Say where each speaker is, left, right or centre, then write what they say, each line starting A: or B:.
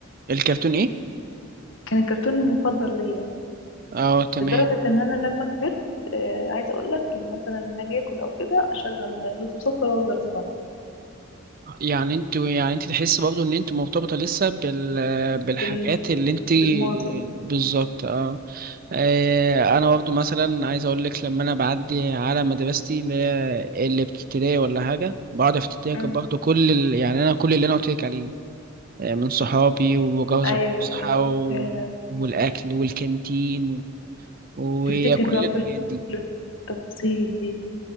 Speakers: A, on the right; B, on the left.
A: الكرتون ايه
B: كان الكرتون المفضل ليا
A: اه تمام
B: لدرجة ان انا لما كبرت آه عايزة اقول لك لما مثلا لما اجي اكل او كده اشغل لوز وسكر وافضل اتفرج
A: يعني انت يعني انت تحس برضو ان انت مرتبطة لسه بال بالحاجات
B: بال...
A: اللي انت
B: بالماضي يعني.
A: بالظبط اه آه، انا برضو مثلا عايز اقول لك لما انا بعدي على مدرستي اللي هي اللي بتبتدائي ولا حاجه بقعد افتكر
B: مم،
A: برضو كل ال... يعني انا كل اللي انا قلت لك عليه آه، من صحابي وجوز
B: ايوه
A: الفسحة
B: ايوه
A: و-
B: فعلا
A: والأكل والكانتين وكل
B: تفتكر بقى
A: الحاجات
B: كل
A: دي
B: التفاصيل دي